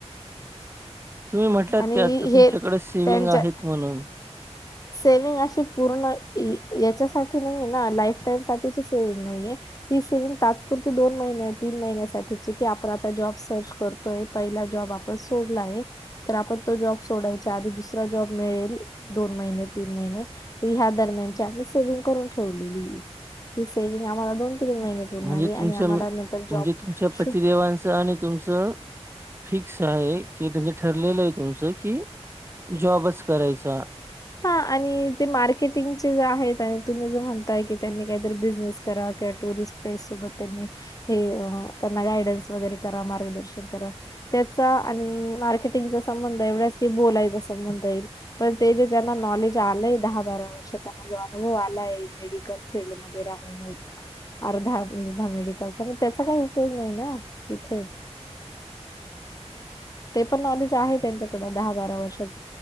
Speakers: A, on the right (about 20°); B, on the left (about 30°).
A: तुम्ही म्हटल्यात
B: आणि
A: की आता तुमच्याकडे
B: हे
A: सेविंग
B: त्यांच्या
A: आहेत म्हणून.
B: सेव्हिंग अशी पूर्ण, याच्यासाठी नाहीये ना, लाईफ टाईम साठीची सेव्हिंग नाहीये. ही सेविंग तात्पुरती दोन महिन्या तीन महिन्यासाठीची की आपण आता जॉब सर्च करू पहिला जॉब आपण सोडला आहे तर, आपण तो जॉब सोडायचा आधी दुसरा जॉब मिळेल दोन महिने तीन महिने ह्या दरम्यानची आम्ही सेव्हिंग करून ठेवलेली आहे. ही सेविंग आम्हाला दोन
A: म्हणजे
B: आहे
A: तुमच्या
B: आणि आम्हाला
A: म्हणजे
B: नंतर जॉब
A: तुमच्या पतिदेवांचं आणि तुमचं? फिक्स आहे? की म्हणजे ठरलेलं आहे तुमचं कि जॉबच करायचा.
B: हा आणि ते मार्केटिंगचे जे आहेत आणि तुम्ही जो म्हणताय की त्यांनी काहीतरी बिझनेस करा किंवा टुरिस्ट प्लेस सोबत त्यांनी हे त्यांना गायडन्स वगैरे करा मार्गदर्शन करा. त्याचा आणि मार्केटिंगचा संबंध एवढाच की, बोलायचा संबंध येईल पण ते जे? ज्यांना नॉलेज आलंय दहा बारा वर वर्ष जो अनुभव आलाय मेडिकल फील्ड मध्ये राहून ही अर्धा अर्धा मेडिकलचा मग त्याचा काही उपयोग नाही ना? इथे. ते पण नॉलेज आहे त्यांच्याकड दहा बारा वर्षाच,